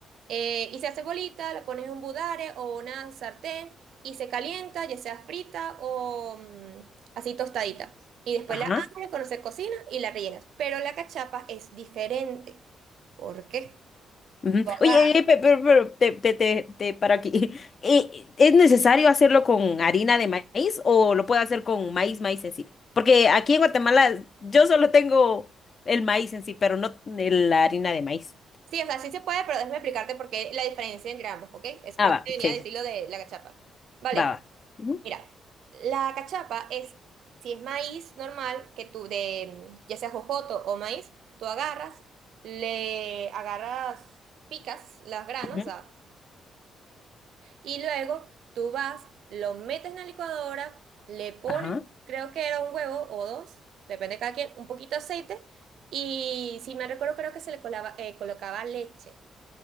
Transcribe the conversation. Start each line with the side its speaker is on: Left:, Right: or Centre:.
Right: Eh, y se hace bolita, la pones en un budare o una sartén y se calienta, ya sea frita o mm, así tostadita. Y después
Left: Ajá.
Right: la abres cuando se cocina y la rellenas. Pero la cachapa es diferente. ¿Por qué?
Left: ujú.
Right: Tú
Left: Oye,
Right: agar-
Left: eh, pe- pero, pero te, te, te, te para aquí. <laughs> Eh, ¿Es necesario hacerlo con harina de maíz o lo puedo hacer con maíz, maíz en sí? Porque aquí en Guatemala yo solo tengo el maíz en sí, pero no el- la harina de maíz.
Right: Sí, o sea, sí se puede, pero déjame explicarte por qué la diferencia en gramos, ¿ok? Es por
Left: Ah,
Right: eso
Left: va,
Right: que venía
Left: sí,
Right: a decirlo
Left: sí,
Right: de la cachapa. Vale,
Left: va, va. Ujú,
Right: Mira, la cachapa es, si es maíz normal, que tú de, ya sea jojoto o maíz, tú agarras, le agarras, picas las granos,
Left: ujú,
Right: o sea, y luego tú vas, lo metes en la licuadora, le pones,
Left: Ajá,
Right: creo que era un huevo o dos, depende de cada quien, un poquito de aceite, y si me recuerdo, creo que se le colaba- eh, colocaba leche.